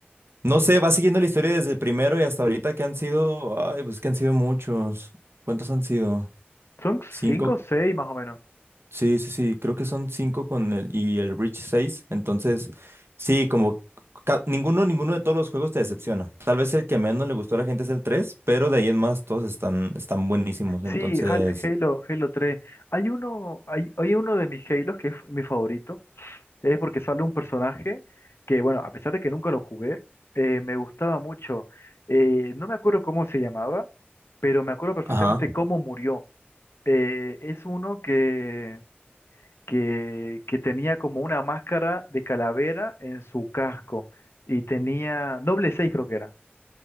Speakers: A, on the right (about 80°); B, on the left (about 85°).
A: No sé, va siguiendo la historia desde el primero y hasta ahorita que han sido, ay, pues que han sido muchos. ¿Cuántos han sido?
B: Son
A: Cinco.
B: cinco o seis más o menos.
A: Sí, sí, sí, creo que son cinco con el y el Reach 6. Entonces, sí, como ca- ninguno, ninguno de todos los juegos te decepciona. Tal vez el que menos le gustó a la gente es el 3, pero de ahí en más todos están, están buenísimos.
B: Sí,
A: Entonces,
B: Hal- Halo, Halo 3. Hay uno, hay, hay uno de mis Halos que es mi favorito, que es porque sale un personaje que, bueno, a pesar de que nunca lo jugué, eh, me gustaba mucho. Eh, no me acuerdo cómo se llamaba, pero me acuerdo perfectamente
A: ajá.
B: cómo murió. Eh, es uno que, que, que tenía como una máscara de calavera en su casco y tenía, Noble 6 creo que era.